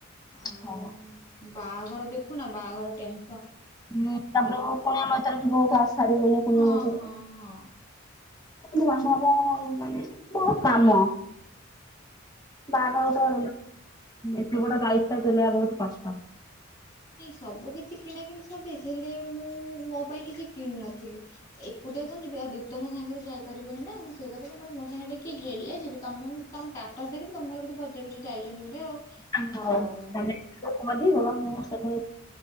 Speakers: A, on the left; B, on the left.
A: ଆଉ
B: ହଉ
A: ବାହାଘର ଦେଖୁ ନା ବାହାଘର ଟେନ୍
B: ହୁଁ ତାପରେ କୁଣିଆ ମଇତରେ ବି ବହୁତ ଆସି ସାରିବେଣି କୁଣିଆ
A: ହଁ
B: ମଇତରେ
A: ହଁ
B: <unintelligible>
A: ହଁ
B: ବହୁତ କାମ। ବାହାଘର ଗୋଟେ
A: ଆଉ
B: ଏତେ ବଡ ଦାୟିତ୍ଵ ତୁଲେଇବା ବହୁତ କଷ୍ଟ।
A: ନାଇଁ ସବୁ କିଛି କିଣା କିି ସରିଯାଇଛି ହେଲେ ମୁଁ ମୋ ପାଇଁ କିଛି କିଣ ନଥିଲି, ଏକୁ ଟିଆ କଣ ଯିବି, ଆ ଦୀପ୍ ତ ମୋ ସାଙ୍ଗରେ ଯାଇପାରିବେନି ନା, ମୁଁ ସେଇ କହୁଥିଲି ମୋ ସାଙ୍ଗରେ ଟିକେ କିଏ ହେଲେ ଯିବି, ତମେ ମୁଁ ତମ ଟାଟାସ୍ ଦେଖିଥିଲି, ତ ମୁଁ ଭାବିଲି ବଜାର ଫଜାର ଯାଇଛନ୍ତି ବୋଧେ ଆଉ
B: ହଉ ତମେ
A: ଆଉ
B: ଯେତେବେଳେ କହିବ ମୁ ତ